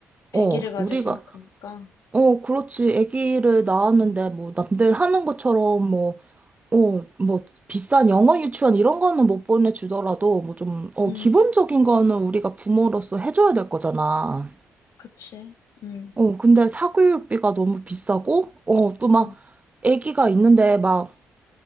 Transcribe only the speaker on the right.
어,
우리가,
어, 그렇지. 아기를 낳았는데
뭐 남들 하는 것처럼 뭐, 어, 뭐, 비싼 영어 유치원 이런 거는 못 보내주더라도 뭐 좀, 어,
기본적인 거는 우리가 부모로서 해줘야 될 거잖아.
어, 근데 사교육비가 너무 비싸고, 어, 또 막,
애기가 있는데 막,